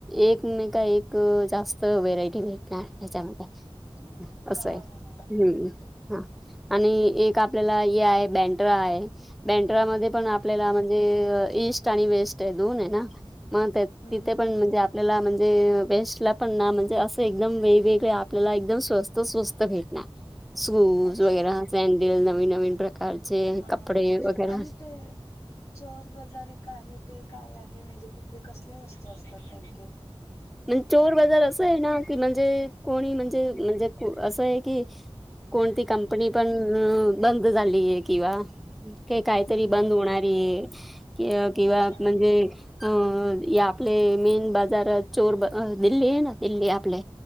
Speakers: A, in the centre; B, on the left.
A: एक मे का एक जास्त व्हेरायटी भेटणार त्याच्यामध्ये.
B: हम्म
A: असं
B: हा.
A: आहे. हम्म हा आणि एक आपल्याला हे आहे बँड्रा आहे. बेंट्रा मध्ये पण
B: हम्म
A: आपल्याला म्हणजे इईस्ट. ईस्ट आणि वेस्ट दोन हे ना मग तिथे
B: हम्म हम्म
A: पण म्हणजे आपल्याला म्हणजे वेस्ट ला पण म्हणजे असं एकदम वेगवेगळे आपल्याला एकदम स्वस्त स्वस्त भेटणार. शूज
B: अच्छा
A: वगैर सॅडल नवीन नवीन प्रकारचे
B: हा
A: कपडे
B: हा
A: वगैरे.
B: आणि ते चोर बाजार एक आहे ते काय आहे म्हणजे तिथे कसले वस्तू असतात नेमके.
A: म्हण चोर बाजार असं आहे ना की म्हणजे कोणी म्हणजे म्हणजे असं आहे की. कोणती कंपनी पण बंद झालीय किंवा
B: हम्म
A: काहीतरी बंद
B: हम्म हम्म
A: होणार आहे. किंवा
B: अच्छा
A: म्हणजे अ आपले मेन बाजार चोर ब अ दिल्ली आहे ना दिल्ली आपले